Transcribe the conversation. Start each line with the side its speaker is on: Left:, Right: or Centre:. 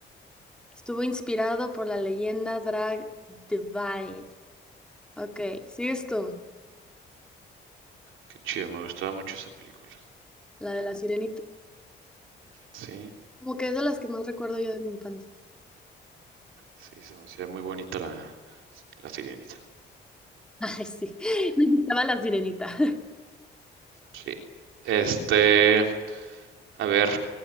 Centre: Estuvo inspirado por la leyenda Drag Divine. Ok, sigues tú,
Right: Qué chido, me gustaba mucho esa película.
Centre: la de La Sirenita.
Right: Sí,
Centre: Como que es de las que más recuerdo yo de mi infancia.
Right: sí, se me hacía muy bonita la, la Sirenita.
Centre: <laughs> Ay, sí, me gustaba la sirenita.
Right: Sí. Este, a ver,